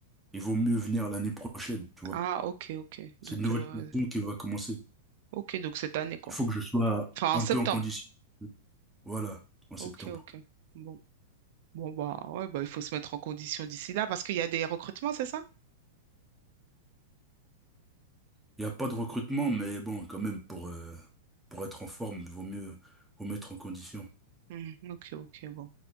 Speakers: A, in the centre; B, on the right (about 55°).
A: il vaut mieux venir l'année prochaine, tu vois.
B: Ah, ok, ok.
A: C'est
B: Donc,
A: une nouvelle
B: euh,
A: saison qui va commencer.
B: ok, donc cette année, quoi.
A: Il faut que je sois
B: Enfin,
A: un
B: en septembre.
A: peu en condition. Voilà, en septembre.
B: Ok, ok. Bon, bon, bah, ouais, bah, il faut se mettre en condition d'ici là parce qu'il y a des recrutements, c'est ça?
A: Il n'y a pas de recrutement, mais bon, quand même, pour, euh, pour être en forme, il vaut mieux, vaut mieux être en condition.
B: Hmm, ok, ok, bon.